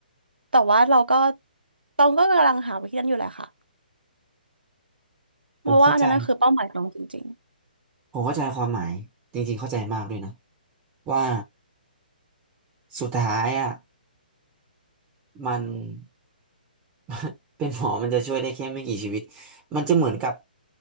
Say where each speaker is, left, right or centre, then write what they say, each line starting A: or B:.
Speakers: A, on the right; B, on the right.
A: แต่ว่าเราก็ตองก็กำลังหาวิธีนั้นอยู่แหละค่ะเพราะว่าอันนั้นน่ะคือเป้าหมายตองจริง
B: ผมเข้าใจผมเข้าใจความหมายจริงๆเข้าใจมากด้วยนะว่าสุดท้ายอ่ะ มัน <laughs> เป็นหมอมันจะช่วยได้แค่ไม่กี่ชีวิต มันจะเหมือนกับ